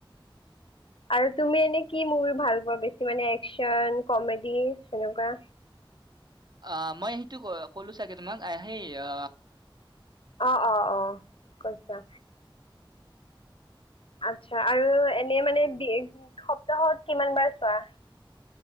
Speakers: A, on the left; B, on the right.
A: আৰু তুমি এনে কি মুভি ভাল পোৱা বেছি মানে একচন কমেডি সেনেকুৱা
B: অ মই সেইটো ক ক'লো চাগে তোমাক সেই অ
A: অ অ অ কৈছা আচ্ছা আৰু এনে মানে সপ্তাহত কিমান বাৰ চোৱা